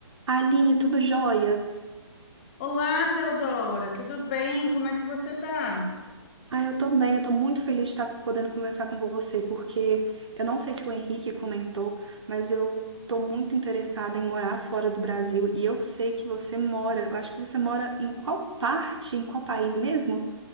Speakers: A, on the right (about 70°); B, on the left (about 25°).
A: Aline, tudo jóia?
B: Olá, Teodora, tudo bem? Como é que você tá?
A: Ah, eu tô bem, eu tô muito feliz de estar podendo conversar com você, porque eu não sei se o Henrique comentou, mas eu tô muito interessada em morar fora do Brasil e eu sei que você mora, eu acho que você mora em qual parte, em qual país mesmo?